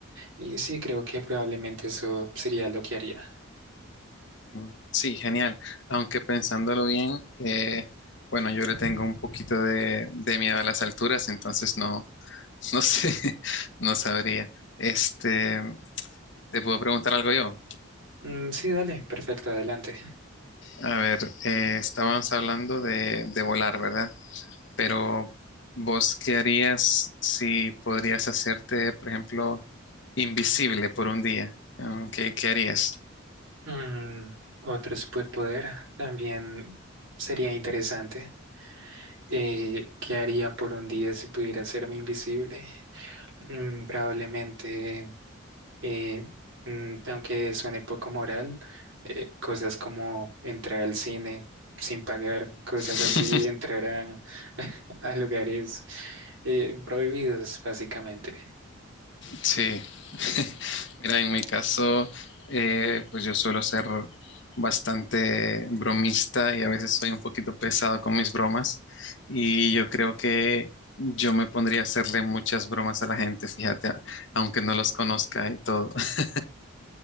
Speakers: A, on the right; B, on the left.
A: Y sí, creo que probablemente eso sería lo que haría.
B: mm, sí, genial. Aunque pensándolo bien, eh, bueno, yo le tengo un poquito de, de miedo a las alturas, entonces no, no sé, <laughs> no sabría. Este, te puedo preguntar algo yo.
A: Mm, sí, dale, perfecto, adelante.
B: A ver, eh, estábamos hablando de, de volar, ¿verdad? Pero ¿vos qué harías si podrías hacerte, por ejemplo, invisible por un día? Mm, ¿Qué, qué harías?
A: Mm, otro superpoder también sería interesante. Eh, ¿qué haría por un día si pudiera hacerme invisible? Mm, probablemente, eh, mm, aunque suene poco moral, eh, cosas como entrar al cine sin pagar, cosas
B: <laughs>
A: así, entrar a, <laughs> a lugares eh, prohibidos, básicamente.
B: Sí, <laughs> mira, en mi caso, eh, pues yo suelo ser bastante bromista y a veces soy un poquito pesado con mis bromas y yo creo que yo me pondría a hacerle muchas bromas a la gente, fíjate, a- aunque no los conozca y todo. <laughs>